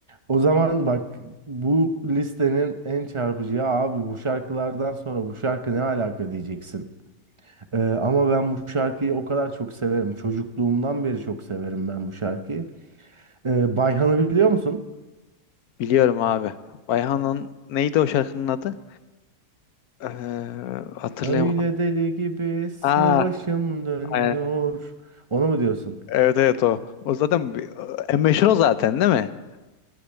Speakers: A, on the right; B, on the left.
A: O zaman bak bu listenin en çarpıcı ya abi bu şarkılardan sonra bu şarkı ne alaka diyeceksin. Ee, ama ben bu şarkıyı o kadar çok severim. Çocukluğumdan beri çok severim ben bu şarkıyı. Ee, Bayhan'ı biliyor musun?
B: biliyorum abi. Bayhan'ın neydi o şarkının adı? Ee, hatırlayamadım.
A: Öyle deli gibi esme
B: Aa,
A: başım dönüyor.
B: aynen.
A: Onu mu diyorsun?
B: Evet evet o. O zaten bir- en meşhur o zaten değil mi?